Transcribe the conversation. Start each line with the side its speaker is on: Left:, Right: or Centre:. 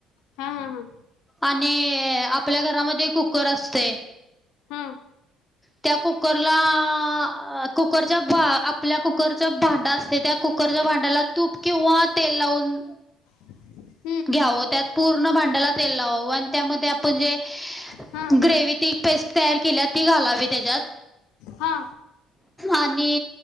Left: हा हा हा
Centre: आणि आपल्या घरामध्ये, कुकर असतय
Left: हा
Centre: त्या कुकरला आ कुकरच्या, भा आपल्या कुकरच्या आत भांडं असतय, त्या कुकरच्या भांड्याला तुप किंवा तेल लावून
Left: <inaudible>
Centre: घ्यावं, त्यात पूर्ण भांड्याला तेल लावावं आणि त्यामध्ये आपण जे
Left: हा
Centre: ग्रेव्ही ती पेस्ट तयार कील्या, ती घालावी त्याज्यात
Left: हा
Centre: आणि